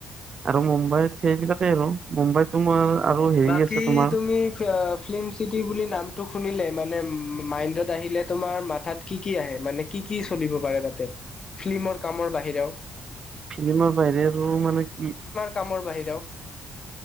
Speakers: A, on the right (about 40°); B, on the left (about 35°).
A: আৰু মুম্বাইত সেইৰোতে আৰু মুম্বাইত তোমাৰ আৰু হেৰি
B: বাকী
A: আছে তোমাৰ।
B: <unintelligible> ফিল্ম চিটি বুলি নামটো শুনিলে মানে মাইণ্ডত আহিলে তোমাৰ মাথাত- কি কি আহে, মানে কি কি চলিব পাৰে তাতে ফিল্মৰ কামৰ বাহিৰেও্
A: ফিল্মৰ বাহৰে আৰু মানে কি,
B: কামৰ বাহিৰেও-